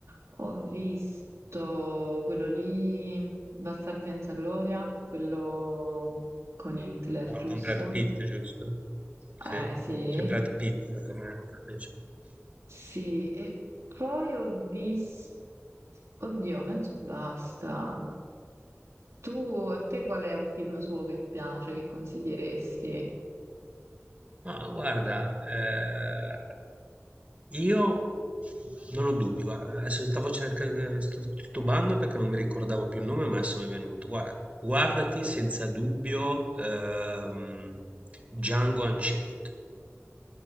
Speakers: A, on the right (about 80°); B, on the right (about 30°).
A: ho visto quello lì, Bastardi senza gloria, quello con Hitler,
B: Mm. Con
A: giusto?
B: con Brad Pitt, giusto? Sì,
A: Eh, sì,
B: c'è Brad Pitt come attore.
A: sì, e poi ho visto... Oddio, penso basta. Tu, a te qual è un film suo che piace, che consiglieresti?
B: No, guarda, eh, io non ho dubbi, guarda, adesso stavo cercando, sto titubando perché non mi ricordavo più il nome, ma adesso mi è venuto. Guarda, guardati senza dubbio ehm, Django Unchained.